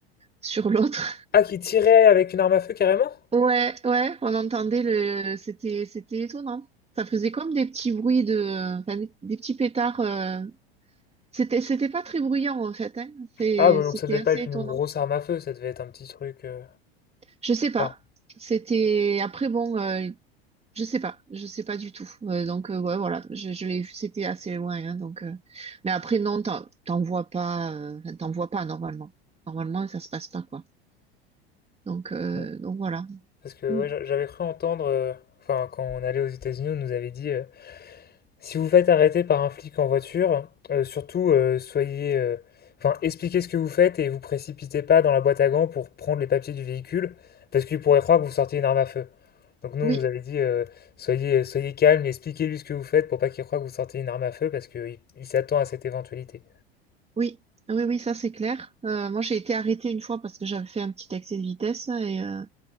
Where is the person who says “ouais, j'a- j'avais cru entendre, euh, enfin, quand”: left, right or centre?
Left